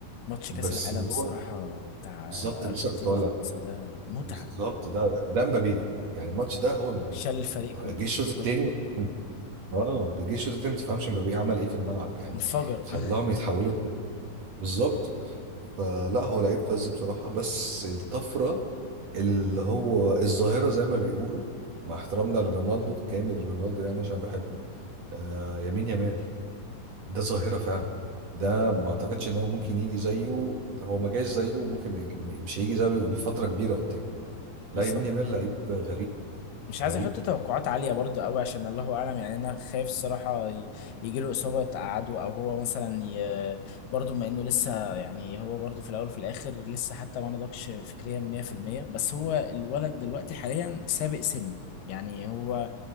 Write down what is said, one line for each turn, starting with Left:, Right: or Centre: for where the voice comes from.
Left: ماتش
Right: بس
Left: كأس العالم
Right: هو
Left: الصراحة بتاع
Right: بالظبط لسه
Left: أرجنتين
Right: كنت اقول
Left: وفرنسا
Right: لك
Left: ده متعة
Right: بالظبط ده ده مبابي يعني الماتش ده هو مبابي
Left: شال الفريق
Right: آه،
Left: كله
Right: جه الشوط
Left: بالظبط
Right: التاني اه جه الشوط التاني ما تفهمش مبابي عمل ايه في الملعب يعني
Left: انفجر
Right: خلاهم
Left: <laughs>
Right: يتحولوا بالظبط فلا هو لعيب فذ بصراحة بس الطفرة اللي هو الظاهرة زي ما بيقولوا مع احترامنا لرونالدو كامل رونالدو يعني عشان بحبه آه يمين يامال ده ظاهرة فعلا ده ما اعتقدش ان هو ممكن يجي زيه هو ما جاش زيه وممكن ما يجي مش هيجي زيه لفترة كبيرة قدام لا
Left: بالظبط
Right: يمين يامال لعيب غريب
Left: مش عايز
Right: غريب
Left: احط توقعات عالية برضه قوي عشان الله اعلم يعني انا خايف الصراحة ي- يجي له إصابة تقعده او هو مثلا ي... برضه بما انه لسه يعني هو برضه في الاول وفي الاخر لسه حتى ما نضجش فكريا 100% بس هو الولد دلوقتي حاليا سابق سن يعني هو